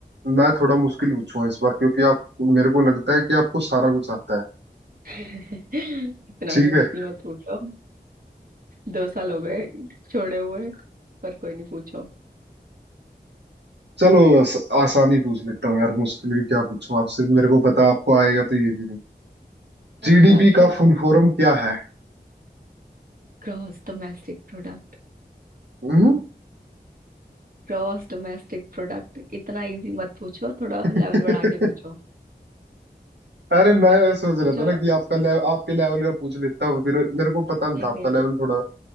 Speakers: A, on the right; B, on the right.
A: मैं थोड़ा मुश्किल पूछूंगा इस बार क्योंकि आप मेरे को लगता है कि आपको सारा कुछ आता है
B: <laughs> इतना
A: ठीक
B: भी मुश्किल
A: है
B: मत पूछो दो साल हो गए छोड़े हुए पर कोई नहीं पूछो
A: चलो आस, आसानी पूछ लेता हूँ यार मुश्किल भी क्या पूछूं आपसे मेरे को पता आपको आएगा तो ये भी नहीं
B: अच्छा
A: जीडीपी
B: अच्छा
A: का
B: अच्छा
A: फुल फॉर्म क्या है
B: Gross domestic product
A: हम्म,
B: Gross domestic product इतना इजी मत पूछो थोड़ा
A: <laughs>
B: लेवल बढ़ा के पूछो
A: अरे मैं सोच
B: पूछो
A: रहा था ना कि आपका ले, आपके लेवल का पूछ लेता हूँ फिर मेरे को पता नहीं
B: नहीं
A: था
B: नहीं
A: आपका
B: यार,
A: लेवल थोड़ा